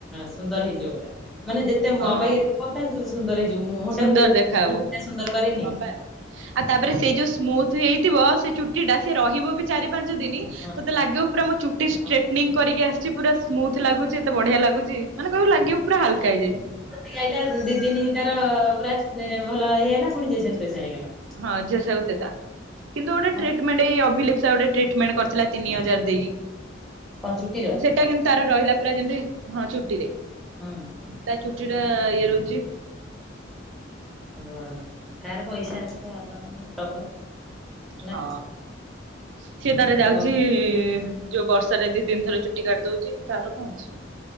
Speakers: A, in the centre; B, on the right.
A: ସୁନ୍ଦର ହେଇଯିବ ପୁରା ମାନେ ଯେତେ ମ
B: ହଁ
A: <unintelligible> କ ସୁନ୍ଦର ହେଇଯିବ, ମୁହଁ
B: ସୁନ୍ଦର
A: ଟାକୁ ବା
B: ଦେଖାହବୁ
A: ସୁନ୍ଦର କରେଇନି
B: ହଁ
A: କି।
B: ପା। ଆଉ ତାପରେ ସେଇ ଯୋଉ ସ୍ମୁଥ ହେଇଥିବ ସେ ଚୁଟି ଟା ସେ ରହିବ ବି ଚାରି ପାଞ୍ଚ ଦିନି।
A: ହଁ
B: ତୋତେ ଲାଗିବ ପୁରା ମୋ ଚୁଟି ଷ୍ଟ୍ରେଟନିଂ
A: ହଁ
B: କର ଆସି ପୁରା ସ୍ମୁଥ୍ ଲାଗୁଚି, ଏତେ ବଢିଆ ଲାଗୁଚି ମାନେ କହିଲୁ ଲାଗିବ ପୁରା ହାଲକା ହେଇଯାଇଚି।
A: ଗାଇଲା ଦିଇ ଦିନ ତାର ପୁରା ଭଲ ଇଏ ହେଲା ପୁଣି ଜେସା କୁ ତେସା ହେଇଗଲା।
B: ହଁ ଜେସା କୁ ତେସା। କିନ୍ତୁ ଗୋଟେ
A: ହଁ
B: ଟିଟମେଣ୍ଟ ଏଇ ଅଭିଲିପସା ଗୋଟେ ଟିଟମେଣ୍ଟ କରିଥିଲା ତିନି ହଜାର ଦେଇକି।
A: କଣ ଚୁଟିର
B: ସେଟା କେମତି ତାର ରହିଲା ପୁରା ଯେମିତି ହଁ ଚୁଟି
A: ହଁ।
B: ତା ଚୁଟି ଟା ଇଏ ରହୁଚି।
A: ଭଲ ତାର ପଇସା ଅଛି, ତା ବାପା ମାଆଙ୍କର ପ୍ରବଳ। ନା
B: ହଁ ସିଏ ତାର ଯାଉଚି
A: ହଉ।
B: ଯୋଉ ବର୍ଷାରେ ଦିଇ ତିନି ଥର ଚୁଟି କାଟି ଦୋଉଚି ତାର କଣ ଅଛି।